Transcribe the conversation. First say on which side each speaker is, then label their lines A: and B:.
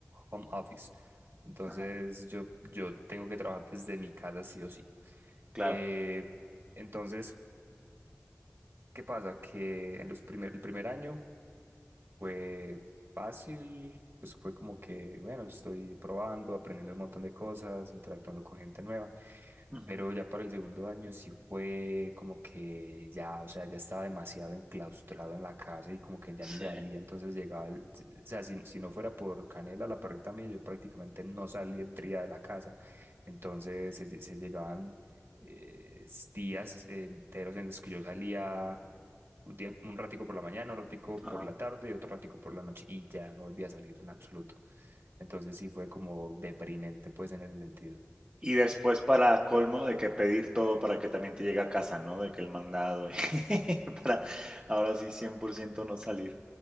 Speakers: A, on the right; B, on the right.
A: home office. Entonces,
B: Ajá,
A: yo, yo tengo que trabajar desde mi casa sí o sí.
B: claro.
A: Eh, entonces, ¿qué pasa? Que en los primer, el primer año fue fácil, pues fue como que, bueno, estoy probando, aprendiendo un montón de cosas, interactuando con gente nueva.
B: Ujú.
A: Pero ya para el segundo año sí fue como que ya, o sea, ya estaba demasiado enclaustrado en la casa y como que ya ni
B: Sí,
A: salía, entonces llegaba, el- o sea, si, si no fuera por Canela, la perrita mía, yo prácticamente no saldría de la casa, entonces se, se llegaban eh, días enteros en los que yo salía un día, un ratico por la mañana, un ratico
B: ajá.
A: por la tarde y otro ratico por la noche y ya no volvía a salir en absoluto, entonces sí fue como deprimente pues en ese sentido.
B: Y después para colmo de que pedir todo para que también te llegue a casa, ¿no? De que el mandado <laughs> para ahora sí 100% no salir.